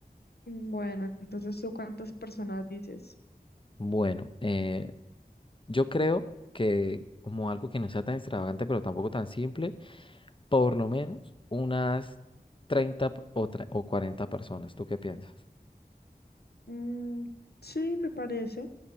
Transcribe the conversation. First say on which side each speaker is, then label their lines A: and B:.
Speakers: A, on the left (about 80°); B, on the left (about 30°).
A: Mm, Bueno, entonces tú cuántas personas dices.
B: Bueno, eh, yo creo que como algo que no sea tan extravagante, pero tampoco tan simple. por lo menos unas treinta p- o, tre- o 40 personas. ¿Tú qué piensas?
A: Mm, sí, me parece,